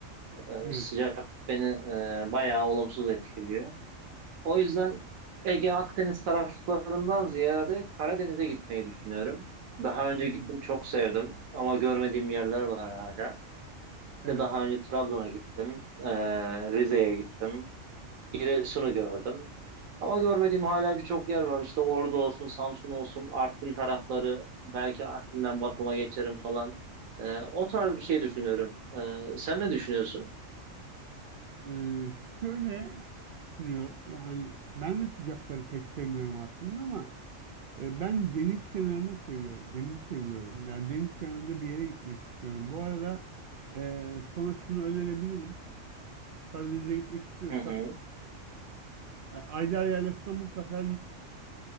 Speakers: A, on the right (about 85°); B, on the right (about 60°).
A: E,
B: Evet.
A: sıcak beni e, bayağı olumsuz etkiliyor. O yüzden Ege Akdeniz taraflarından ziyade Karadeniz'e gitmeyi düşünüyorum. Daha önce
B: Hmm,
A: gittim, çok sevdim ama görmediğim yerler var hala. İşte
B: Evet.
A: daha önce Trabzon'a gittim, e, Rize'ye gittim. Giresun'u gördüm. Ama görmediğim hala birçok yer var. İşte Ordu olsun, Samsun olsun, Artvin tarafları, belki Artvin'den Batum'a geçerim falan. Ee, o tarz bir şey düşünüyorum. Ee, sen ne düşünüyorsun?
B: Ee, şöyle düşünüyorum. Yani ben de sıcakları pek sevmiyorum aslında ama e, ben deniz kenarını seviyorum. Denizi seviyorum. Yani deniz kenarında bir yere gitmek istiyorum. Bu arada e, sana şunu önerebilirim. Karadeniz'e gitmek istiyorsan
A: Hı hı.
B: e, Ayder Yaylası'na mutlaka git.